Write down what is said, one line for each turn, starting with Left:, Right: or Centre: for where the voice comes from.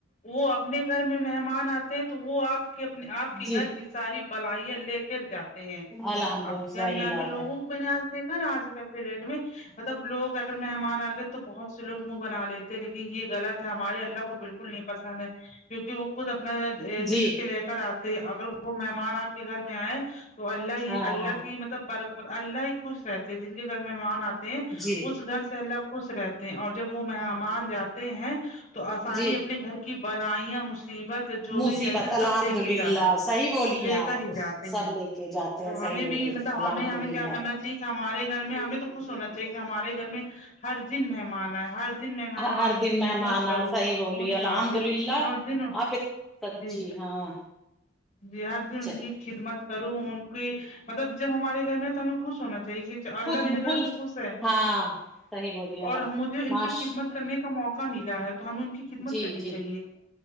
Left: وہ اپنے گھر میں مہمان آتے ہیں تو وہ آپ کے اپنے اپ کے
Centre: جی
Left: گھر کے ساری بلائیاں لے کر جا تے ہے
Centre: الحمد
Left: آپ
Centre: للہ
Left: کے
Centre: صحیح
Left: گھر میں آگے
Centre: بات
Left: لوگوں
Centre: ہے
Left: کو میں نے آج دیکھا نا آج کل کے ڈیٹ میں مطلب لوگ اگر مہمان آ گئے تو بہت سے لوگ منہ بنا لیتے لیکن یے غلط ہے ہمارے اللہ کو بالکل نہیں پسند ہے کیونکی وہ خود اپنا
Centre: جی
Left: رسک لے کر آتے اگر وہ مہمان آپ کے گھر میں آئے تو اللہ ہی
Centre: ہاں
Left: اللہ
Centre: ہاں
Left: کی مطلب بر اللہ ہی خوش رہتے جن کے گھر مہمان آت تے ہے
Centre: جی
Left: اس گھر سے اللہ خوش رہتے ہیں اور جب وہ مہمان جاتے ہیں تو آ ساری
Centre: جی
Left: اپنے گھر کی بلائیاں مصیبت جو
Centre: مصیبت
Left: بھی رہتے
Centre: الحمد
Left: سب لے کے
Centre: للہ
Left: جاتے
Centre: صحیح بولی
Left: لے
Centre: ہیں آپ
Left: کر ہی جاتے
Centre: سب
Left: ہیں
Centre: لے کے جاتے
Left: تو
Centre: ہیں صحیح
Left: ہمیں
Centre: بولیے
Left: بھی مطلب
Centre: الحمد
Left: ہمیں ہمیں کیا
Centre: للہ
Left: کرنا چاہیے ہمارے گھر میں ہمیں تو خوش ہونا چاہیے کہ ہمارے گھر میں ہر دن مہمان آئے ہر دن میں مہمانوں
Centre: ہر دن
Left: کی
Centre: مہمان
Left: خدمت کروں
Centre: آیے صحیح بولی
Left: ان
Centre: الحمد
Left: ہاں بالکل
Centre: للہ
Left: ہر دن
Centre: آپ سچی
Left: جی
Centre: ہاں
Left: جی ہر ان
Centre: چلیے
Left: کی خدمت کر ان کی مطلب جب ہمارے گھر میں تو ہمیں خوش ہونا چاہیے کی اللہ
Centre: خود
Left: میرے گھر
Centre: خود
Left: سے خوش ہے
Centre: ہاں صحیح بولیے اللہ
Left: اور حمودی ان
Centre: معاش
Left: کی خدمت کرنے کا موقع ملا ہے تو ہمیں ان کی خدمت
Centre: جی
Left: کرنی
Centre: جی
Left: چاہیے